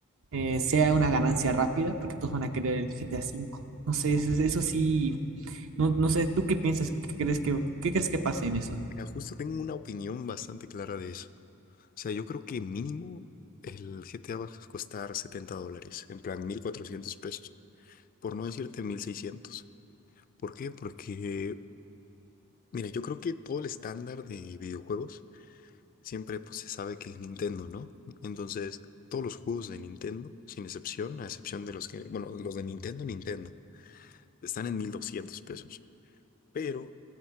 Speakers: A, on the right; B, on the left.
A: eh, sea una ganancia rápida, porque todos van a querer el GTA V. No sé, eso, eso sí, no, no sé, ¿tú qué piensas? ¿Qué crees que, qué crees que pase en eso?
B: mira, justo tengo una opinión bastante clara de eso. O sea, yo creo que mínimo el GTA va a costar 70 dólares, en plan 1.400 pesos, por no decirte 1.600. ¿Por qué? Porque, mira, yo creo que todo el estándar de videojuegos siempre pues se sabe que es Nintendo, ¿no? Entonces, todos los juegos de Nintendo, sin excepción, a excepción de los que, bueno, los de Nintendo, Nintendo, están en 1200 pesos. Pero